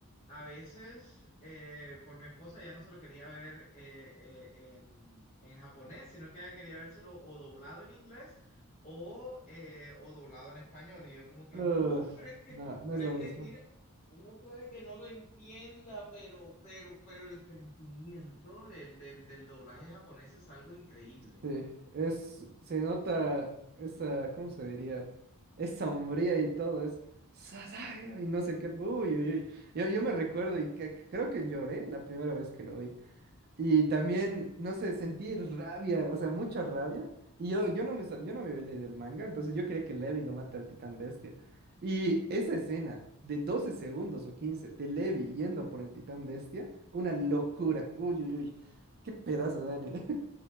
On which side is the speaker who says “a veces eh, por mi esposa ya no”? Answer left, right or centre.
Left